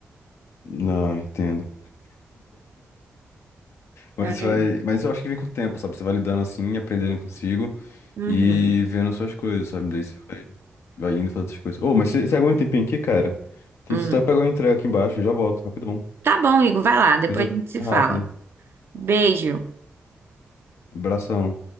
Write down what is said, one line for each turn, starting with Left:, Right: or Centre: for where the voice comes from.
Left: Não, entendo. Mas
Right: Aí.
Left: vai, mas eu acho que vem com o tempo, sabe? Você vai lidando assim, aprendendo consigo
Right: Uhum.
Left: e vendo suas coisas, sabe? Daí você vai, vai indo fazendo suas coisas. Ô, mas você você aguenta um tempinho aqui, cara? Tem
Right: Hum.
Left: só pegar uma entrega aqui embaixo e já volto, rapidão.
Right: Tá bom, Igor, vai lá. Depois
Left: Coisa
Right: a gente se
Left: rápida.
Right: fala. Beijo.
Left: Abração.